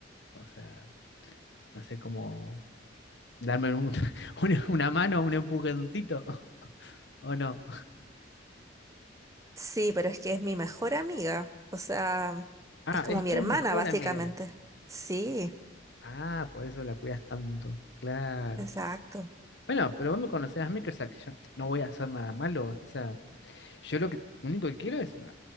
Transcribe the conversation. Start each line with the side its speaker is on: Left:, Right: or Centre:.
Left: o sea, no sé cómo darme un- <laughs> una una mano, un empujoncito, <laughs> ¿o no?
Right: Sí, pero es que es mi mejor amiga. O sea,
Left: Ah,
Right: es como
Left: es
Right: mi
Left: tu
Right: hermana,
Left: mejor
Right: básicamente.
Left: amiga.
Right: Sí,
Left: Ah, por eso la cuidas tanto. Claro.
Right: exacto.
Left: Bueno, pero vos me conocés a mí, que, o sea, que yo no voy a hacer nada malo. O sea, yo lo que único que quiero es